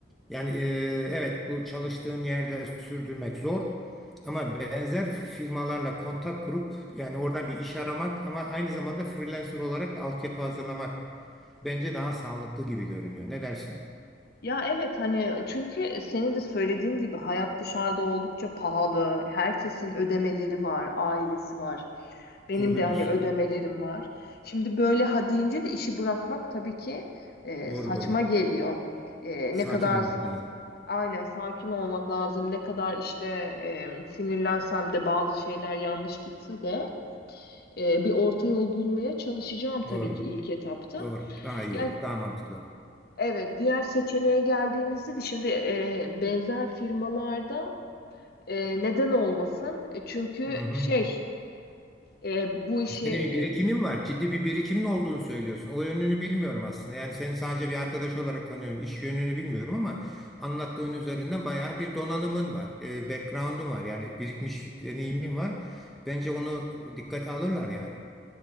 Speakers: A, in the centre; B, on the left.
A: yani e, evet bu çalıştığın yerde sürdürmek zor ama benzer firmalarla kontak kurup yani orada bir iş aramak ama aynı zamanda freelancer olarak da altyapı hazırlamak bence daha sağlıklı gibi görünüyor. Ne dersin?
B: Ya evet hani çünkü senin de söylediğin gibi hayat dışarıda oldukça pahalı. Herkesin ödemeleri var, ailesi var. Benim
A: Doğru
B: de
A: diyorsun.
B: hani ödemelerim var. Şimdi böyle ha deyince de işi bırakmak tabii ki e,
A: Doğru
B: saçma
A: doğru.
B: geliyor. E,
A: Sakin
B: ne kadar
A: olmak lazım.
B: Aynen sakin olmak lazım. Ne kadar işte e, sinirlensem de bazı şeyler yanlış gitse de e, bir orta yol bulmaya çalışacağım tabii
A: Doğru.
B: ki ilk etapta.
A: Doğru. Daha iyi
B: Ya
A: olur. Daha mantıklı.
B: evet diğer seçeneğe geldiğimizde de şimdi e, benzer firmalarda e, neden olmasın? E, Çünkü
A: Hı hı.
B: şey e, bu işi
A: Senin bir birikimin var. Ciddi bir birikimin olduğunu söylüyorsun. O yönünü bilmiyorum aslında. Yani seni sadece bir arkadaş olarak tanıyorum. İş yönünü bilmiyorum ama anlattığın üzerinden bayağı bir donanımın var. E, background'un var. Yani birikmiş deneyimin var. Bence onu dikkate alırlar yani.